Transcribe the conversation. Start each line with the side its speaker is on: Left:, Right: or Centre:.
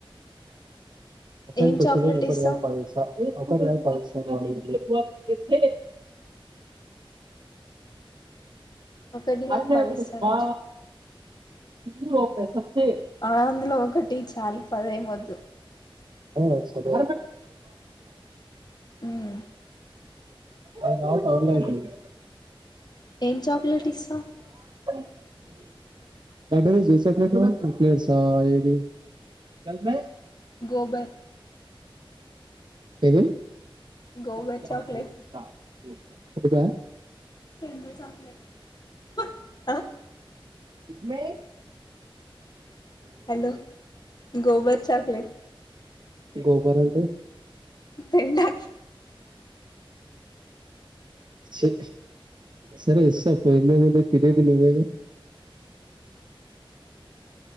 Right: అ
Left: ఏం
Right: కొ
Left: చాక్లెట్
Right: ఒక
Left: ఇస్తావు
Right: పాసా ఒకటి కస వా ఇ హె హె
Left: ఒకటి కాదు
Right: అ
Left: పది ఇస్తారట
Right: బా సిధు లో సబ్స
Left: ఆ అందులో ఒకటి చాలు పదేమ్ ఒద్దు
Right: ఆ సరె
Left: ఉం
Right: అ రా ఆన్లైన్లెయి
Left: ఏం చాక్లెట్ ఇస్సవ్
Right: <unintelligible>
Left: గోబర్
Right: ఏది <unintelligible>
Left: గోబర్ చాక్లెట్
Right: ఒకటా
Left: వంద చాక్లేట్లు అ
Right: మే
Left: హలో గోబర్ చాక్లేట్
Right: గోబార్ అంటే
Left: తెల్ దా
Right: చి సరే ఇస్తా పోయింది తినే ది నువేగా